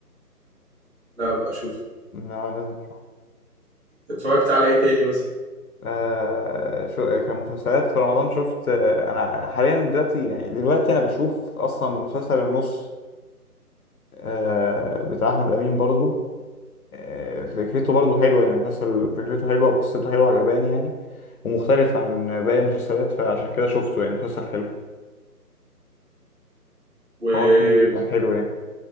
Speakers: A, on the right; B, on the left.
A: لا بقى اشوفه
B: لا لازم تشوف
A: اتفرجت على ايه تاني مثلا
B: آه شو كمسلسلات في رمضان شفت آه انا حاليا دلوقتي يعني دلوقتي انا بشوف اصلا مسلسل النص آه بتاع احمد امين برضو آه فكرته برضو حلوه يعني مسلسل فكرته حلوه وقصته حلوه عجباني يعني ومختلف عن باقي المسلسلات فعشان كده شفته يعني مسلسل حلو
A: و
B: هو فيه كان حلو يعني